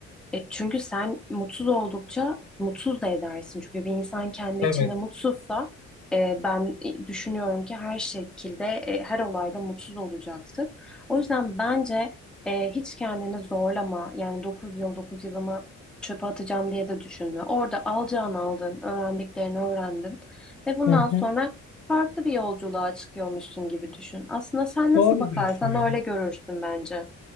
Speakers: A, in the centre; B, on the left (about 80°).
A: E, çünkü sen mutsuz oldukça mutsuz da edersin. Çünkü bir insan kendi
B: Evet.
A: içinde mutsuzsa e, ben düşünüyorum ki her şekilde, e, her olayda mutsuz olacaktır. O yüzden bence e, hiç kendini zorlama. Yani 9 yıl 9 yılımı çöpe atacağım diye de düşünme. Orada alacağını aldın, öğrendiklerini öğrendin ve bundan
B: Hı
A: sonra
B: hı,
A: farklı bir yolculuğa çıkıyormuşsun gibi düşün. Aslında sen nasıl
B: doğru
A: bakarsan
B: diyorsun ya.
A: öyle görürsün bence.